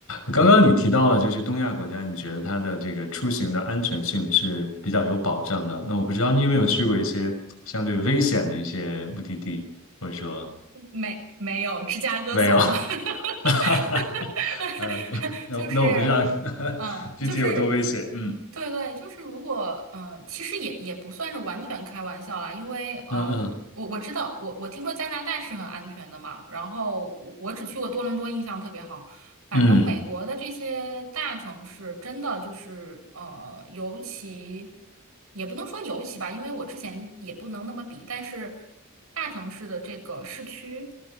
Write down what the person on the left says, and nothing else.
刚刚你提到了，就是东亚国家，你觉得它的这个出行的安全性是比较有保障的。那我不知道你有没有去过一些相对危险的一些目的地，或者说
没有？
<laughs>
嗯，那那我不知道
<laughs>
具体有多危险。
嗯。
嗯
嗯